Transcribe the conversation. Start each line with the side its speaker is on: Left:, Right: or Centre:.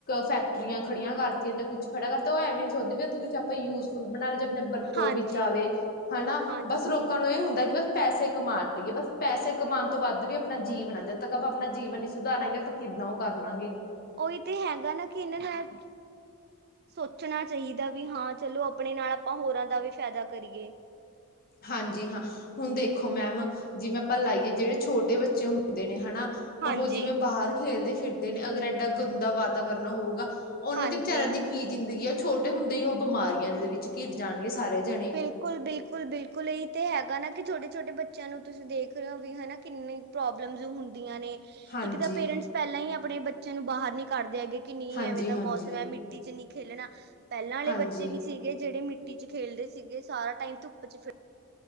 Left: ਫੈਕਟਰੀਆਂ ਖੜੀਆਂ ਕਾਰਤੀਆਂ ਜਾਂ ਕੁੱਛ ਖੜਾ ਕਰਤਾ ਓ ਐਵੇ ਵੀ ਨੀ ਸੋਚਦੇ ਵੀ ਓਥੇ ਕੁਛ ਆਪਾਂ ਯੂਜ਼ ਫੁ ਬਣਾਈ ਜਾ ਜੇ ਆਪਣੇ ਬਰਤੋਂ
Right: ਹਾਂਜੀ
Left: ਵਿੱਚ ਆਵੇ, ਹਨਾ
Right: ਹਾਂਜੀ
Left: ਬਸ ਲੋਕਾਂ ਨੂੰ ਐ ਹੁੰਦਾ ਕਿ ਬ ਪੈਸੇ ਕਮਾ ਬਸ ਪੈਸੇ ਕਮਾਨ ਤੋਂ ਵੱਦ ਵੀ ਅਪਨਾ ਜੀਵਨ ਆ, ਜਦ ਤੱਕ ਆਪਾਂ ਆਪਨਾ ਜੀਵਨ ਨੀ ਸੁਧਾਰਾਂਗੇ ਆਪਾਂ ਕਿੱਦਾਂ ਓ ਕਰ ਲਾਂਗੇ।
Right: ਉਈ ਤੇ ਹੈਗਾ ਨਾ ਕਿ ਏਨਾਂ ਨਾਲ ਸੋਚਣਾ ਚਾਈਦਾ ਵੀ ਹਾਂ, ਚਲੋ ਆਪਣੇ ਨਾਲ ਆਪਾਂ ਹੋਰਾਂ ਦਾ ਵੀ ਫੈਦਾ ਕਰੀਏ।
Left: ਹਾਂਜੀ ਹਾਂ, ਹੁਨ ਦੇਖੋ ਮੈਮ ਜਿਵੇਂ ਆਪਾਂ ਲਾਈਏ ਜੇੜੇ ਛੋਟੇ ਬੱਚੇ ਹੁੰਦੇ ਨੇ ਹਣਾ
Right: ਹਾਂਜੀ
Left: ਓਹ ਜਿਵੇਂ ਬਾਹਰ ਖੇਲਦੇ ਫਿਰਦੇ ਨੇ, ਅਗਰ ਐਡਾ ਗੰਦਾ ਵਾਤਾਵਰਨ ਹੋਊਗਾ ਓਨਾਂ
Right: ਹਾਂਜੀ
Left: ਦੇ ਵਿਚਾਰੇਆਂ ਦੀ ਕੀ ਜ਼ਿੰਦਗੀ ਆ, ਛੋਟੇ ਹੁੰਦੇ ਹੀ ਓ ਬਿਮਾਰੀਆਂ ਦੇ ਵਿੱਚ ਘਿਰ ਜਾਣਗੇ ਸਾਰੇ। ਜਣੇ
Right: ਬਿਲ ਬਿਲਕੁਲ, ਬਿਲਕੁਲ, ਬਿਲਕੁਲ ਏਈ ਤੇ ਹੈਗਾ ਨਾ ਕਿ ਛੋਟੇ-ਛੋਟੇ ਬੱਚੇਆਂ ਨੂੰ ਤੁਸੀਂ ਦੇਖ ਰੇ ਓ ਵੀ ਹਨਾ ਕਿੰਨੇ ਪ੍ਰੋਬਲਮਸ ਹੁੰਦੀਆਂ ਨੇ,
Left: ਹਾਂਜੀ
Right: ਇੱਕ ਤਾਂ ਪੇਰੇਂਟਸ ਪੈਲਾਂ ਈ ਆਪਣੇ ਬੱਚੇਆਂ ਨੂੰ ਬਾਹਰ ਨੀ ਕਾਡਦੇ ਹੈਗੇ। ਕਿ ਨੀ
Left: ਹਾਂਜੀ
Right: ਐਵੇਂ ਦਾ
Left: ਹਾਂਜੀ
Right: ਮੌਸਮ ਐ ਮਿੱਟੀ ਚ ਨੀ ਖੇਲਣਾ, ਪੈਲਾਂ ਆਲੇ਼
Left: ਹਾਂਜੀ
Right: ਬੱਚੇ ਵੀ ਸੀਗੇ ਜੇੜੇ ਮਿੱਟੀ ਚ ਖੇਲਦੇ ਸੀਗੇ ਸਾਰਾ ਟਾਈਮ ਧੁੱਪ ਚ ਫੀ